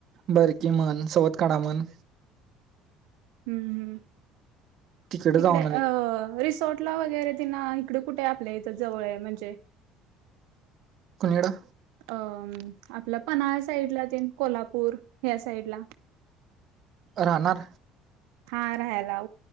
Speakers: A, on the right; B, on the right.
A: बर कि म्हण सोबत काढा म्हण
B: हम् हम्
A: तिकडे जाऊन
B: इकडे
A: आलेत
B: अ रिसॉर्टला वगैरे तिना इकडे कुठे आपल्या इथ जवळ म्हणजे
A: कनडा
B: अ आपलं पनळ साईडला दे कोल्हापूर ह्या साईडला
A: राहणार
B: हा राहाला